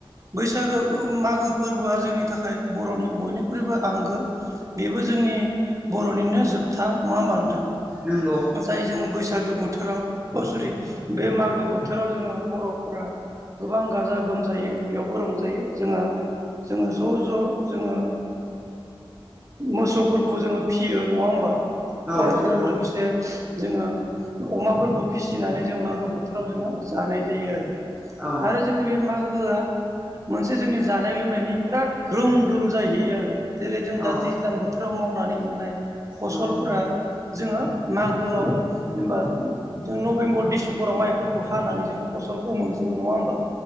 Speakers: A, on the right; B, on the right.
A: बैसागो मागो फोरबोआ जोंनि था जाय बर'नि बयनिख्रुइबो आंगो बेबो जोंनि बर'निनो जोबथा नङा होमबा नोंथां
B: नंगौ
A: जाय जोङो बैसागो बोथोराव अ सरि बे मागो बोथोराव जोङो बर'फोरा गोबां गाजा गोमजायै बेयावबो रंजायो जोङो जोङो ज' ज' जोङो मोसौफोरखौ जोङो फियो नङा होमबा
B: औ
A: अ <unintelligible>
B: नंगौ
A: लोगोसे जोङो अमाफोरखौ फिसिनानै जों मागो बोथोराव जोङो जानाय जायो आरो
B: औ
A: आरो जोंनि बे मागोआ मोनसे जोंनि जानाय लोंनायनि बिराद ग्रोम ग्रोम जाहैयो आरो जेरै जों दा
B: औ
A: दैज्लां बोथोराव मावनानै मोननाय फसलफोरा
B: नंगौ
A: जोङो मागोआव जेनबा जों नभेम्बर डिसेम्बराव माइफोरखौ हानानै जों फसलखौ मोनजोबो नङा होमबा